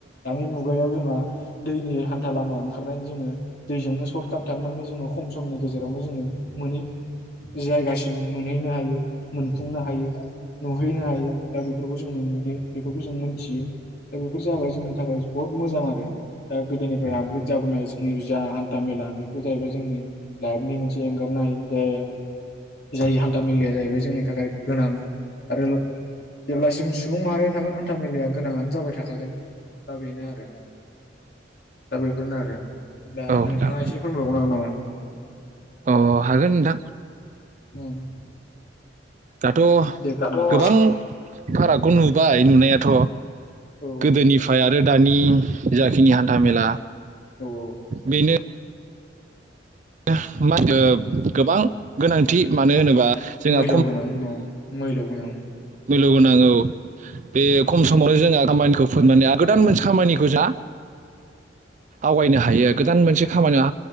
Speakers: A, on the left; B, on the right.
A: दानि मुगायाव जोंहा दैनि हान्था लामा ओंखारनानै जोङो दैजोंनो सर्ट काट थांनानै जोङो खम समनि गेजेरावनो जोङो मोनै जायगासिम मोनहैनो हायो। मोनफुंनो हायो नुहैनो हायो दा बेफोरखौ जोङो नुयो बेफोरखौ जों मोनथियो दा बेफोर जाबाय जोङो बहुत मोजां आरो दा गोदोनिफ्राय आपग्रेद जाबोनाय जोंनि जा हान्थामेला बेफोर जाहैबाय जोंनि लाइफनि मोनसे एंगारनो हायि जाय जाय हान्था मेलाया जाहैबाय जोंनि थाखाय गोनां आरो जेब्लासिम सुबुं माहारिया थागोन हान्था मेलाया गोनाङानो जाबाय थाखागोन दा बेनो आरो दा बे बेफोरनो आरो दा नोंथाङा
B: नोंथां
A: एसे फोरमायबावनो हागोन नामा?
B: अ हागोन नोंथां
A: नामा उम
B: दाथ
A: दे फोरमायनानै
B: गोबां फारागखौ नुबाय नुनाय <unintelligible> थ
A: औ
B: गोदोनिफ्राय आ रो दानि जाखिनि हान्था मेला
A: औ औ
B: बेनो <unintelligible> गोबां गोनांथि मानो होनोबा जोंहा
A: मैल' गोनां औ मैल' उम
B: मैल' गोनां औ बे खम समावनो जोङो खामानिखौ फोननानै गोदान मोनसे खामानिखौ जा आवगायनो हायो गोदान मोनसे खामानिया